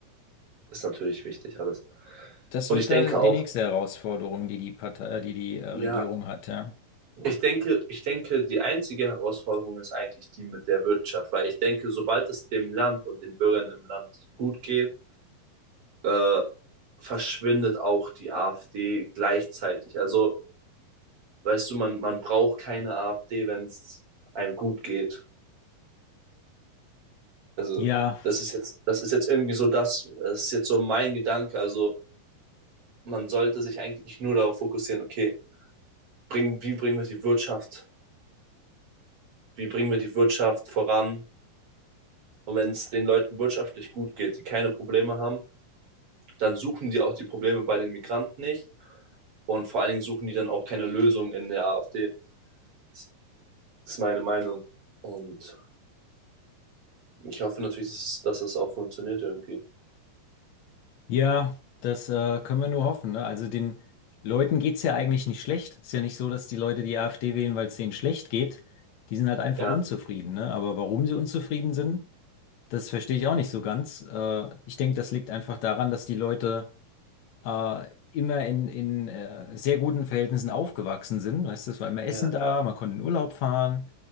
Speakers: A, on the right (about 40°); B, on the left (about 60°).
A: ist natürlich wichtig alles.
B: Das
A: Und
B: wird
A: ich denke
B: da die
A: auch,
B: nächste Herausforderung, die die Partei, äh, die die äh, Regierung
A: Ja,
B: hat, ja.
A: ich denke, ich denke, die einzige Herausforderung ist eigentlich die mit der Wirtschaft, weil ich denke, sobald es dem Land und den Bürgern im Land gut geht, äh, verschwindet auch die AfD gleichzeitig. Also, weißt du, man, man braucht keine AfD, wenn es einem gut geht. Also,
B: Ja.
A: das ist jetzt, das ist jetzt irgendwie so das, das ist jetzt so mein Gedanke. Also, man sollte sich eigentlich nur darauf fokussieren, okay, bring, wie bringen wir die Wirtschaft wie bringen wir die Wirtschaft voran. Und wenn es den Leuten wirtschaftlich gut geht, die keine Probleme haben, dann suchen die auch die Probleme bei den Migranten nicht. Und vor allen Dingen suchen die dann auch keine Lösung in der AfD. Das ist meine Meinung. Und ich hoffe natürlich, dass es, dass es auch funktioniert irgendwie.
B: Ja, das äh, können wir nur hoffen, ne? Also den Leuten geht's ja eigentlich nicht schlecht. Ist ja nicht so, dass die Leute die AfD wählen, weil es denen schlecht geht. Die sind halt einfach
A: Ja,
B: unzufrieden, ne? Aber warum sie unzufrieden sind, das verstehe ich auch nicht so ganz. Äh, ich denke, das liegt einfach daran, dass die Leute äh, immer in, in äh, sehr guten Verhältnissen aufgewachsen sind. Weißt du, es war immer Essen
A: ja,
B: da, man konnte in Urlaub fahren,